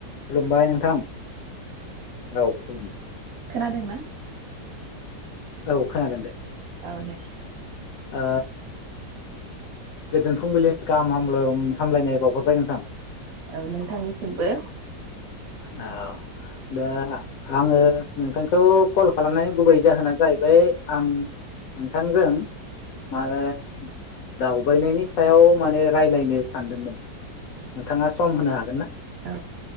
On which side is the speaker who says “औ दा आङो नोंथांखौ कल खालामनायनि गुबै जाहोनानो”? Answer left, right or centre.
Left